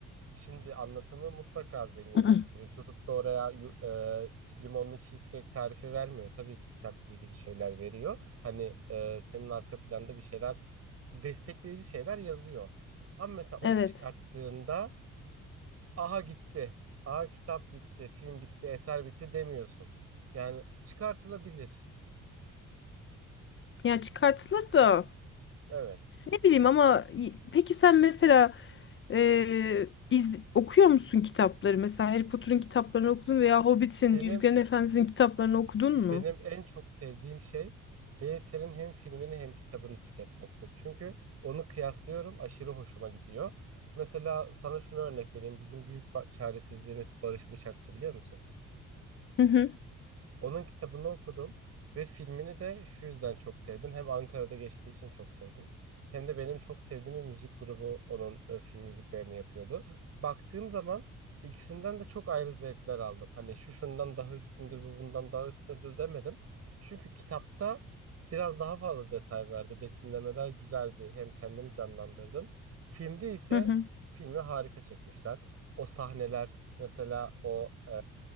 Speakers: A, on the right (about 55°); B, on the left (about 40°).
A: Şimdi anlatımı mutlaka zenginleştirir.
B: <clears throat>
A: Tutup da oraya yu- e, limonlu cheesecake tarifi vermiyor. Tabii ki kitapla ilgili şeyler veriyor. Hani e, senin arka planda bir şeyler, destekleyici şeyler yazıyor. Ama mesela onu
B: Evet.
A: çıkarttığında aha gitti, aha kitap bitti, film bitti, eser bitti demiyorsun. Yani çıkartılabilir.
B: Ya çıkartılır da
A: Evet.
B: ne bileyim ama y- peki sen mesela Ee, iz- okuyor musun kitapları? Mesela Harry Potter'ın kitaplarını okudun veya Hobbit'in,
A: Benim
B: Yüzüklerin Efendisi'nin kitaplarını okudun
A: benim
B: mu?
A: en çok sevdiğim şey bir eserin hem filmini hem kitabını tüketmektir. Çünkü onu kıyaslıyorum, aşırı hoşuma gidiyor. Mesela sana şunu örnek vereyim. Bizim büyük ba- çaresizliğimiz Barış Bıçakçı biliyor musun?
B: Hı hı,
A: Onun kitabını okudum ve filmini de şu yüzden çok sevdim. Hem Ankara'da geçtiği için çok sevdim. Hem de benim çok sevdiğim bir müzik grubu onun e, film müziklerini yapıyordu. Baktığım zaman ikisinden de çok ayrı zevkler aldım. Hani şu şundan daha üstündür, bu bundan daha üstündür demedim. Çünkü kitapta biraz daha fazla detay verdi. Betimlemeler güzeldi. Hem kendimi canlandırdım. Filmde ise
B: hı hı.
A: filmi harika çekmişler. O sahneler mesela o e,